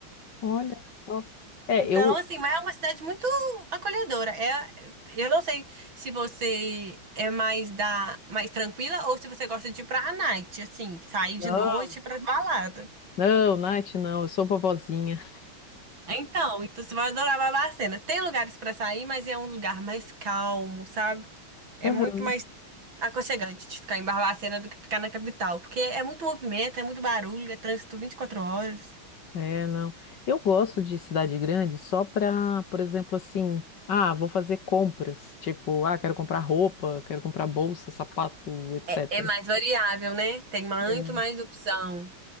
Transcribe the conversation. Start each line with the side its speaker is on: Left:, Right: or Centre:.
Left: olha só. É,
Right: Então,
Left: eu
Right: assim, mas é uma cidade muito acolhedora. É, eu não sei se você é mais da mais tranquila ou se você gosta de ir pra night, assim, sair de
Left: Não,
Right: noite pra balada.
Left: não, Nath, não, eu sou vovozinha.
Right: Então, então você vai adorar Barbacena. Tem lugares pra sair, mas é um lugar mais calmo, sabe? É
Left: <laughs>
Right: muito mais aconchegante de ficar em Barbacena do que ficar na capital, porque é muito movimento, é muito barulho, é trânsito vinte e quatro horas.
Left: É, não. Eu gosto de cidade grande só pra, por exemplo, assim, ah, vou fazer compras. Tipo, ah, quero comprar roupa, quero comprar bolsa, sapato, etc.
Right: É, é mais variável, né? Tem muito
Left: É.
Right: mais opção.